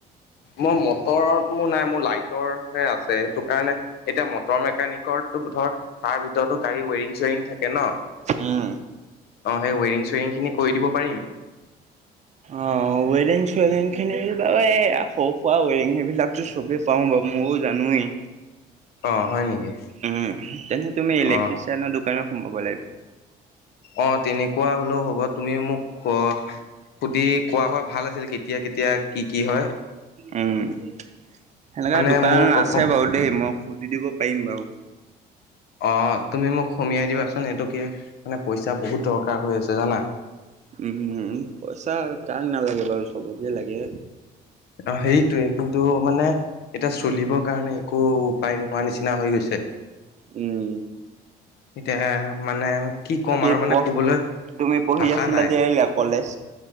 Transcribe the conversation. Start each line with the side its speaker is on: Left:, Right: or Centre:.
Left: মই মটৰট মোৰ নাই, মোৰ লাইটৰহে আছে, সেইটো কাৰণে, এতিয়া মটৰ মেকানিকৰ তোক ধৰ, তাৰ ভিতৰতো গাড়ী ৱেৰিং-চেৰিং থাকে ন?
Right: উম।
Left: অ', সেই ৱেৰিং-চেৰিংখিনি কৰি দিব পাৰিম।
Right: অ', ৱেৰিং-চেৰিংখিনি, তাৰপৰা এই, সৰু-সুৰা ৱেৰিং সেইবিলাকতো চবে পাৰোঁ বাৰু ময়ো জানোৱেই
Left: অ', হয় নেকি?
Right: উম, তেন্তে তুমি ইলেকট্ৰিচিয়ানৰ
Left: অ
Right: দোকানত সোমাব লাগিব।
Left: অ', তেনেকুৱা হ'লেও হ'ব, তুমিও মোক কোৱা সুধি কোৱা হয় ভাল আছিল কেতিয়া কেতিয়া কি কি হয়
Right: উম, সেনেকা
Left: মানে
Right: দোকান
Left: মোক অকণ
Right: আছে বাৰু দেই, মই সুধি দিব পাৰিম বাৰু
Left: অ', তুমি মোক সুমুৱাই দিবাচোন, এইটো কি, মানে পইচা বহুত দৰকাৰ হৈ আছে জানা
Right: উম পইচা কাক নালাগে বাৰু চবকে লাগে।
Left: অ', সেইটোৱেই, কিন্তু, মানে এতিয়া চলিবৰ কাৰণে একো উপায় নোহোৱা নিচিনা হৈ গৈছে।
Right: উম।
Left: এতিয়া মানে কি ক'ম
Right: বাকী
Left: আৰু মানে
Right: প-
Left: ক'বলৈ
Right: তুমি পঢ়ি
Left: ভাষা
Right: আছিলা
Left: নাই।
Right: যে এইল কলেজ।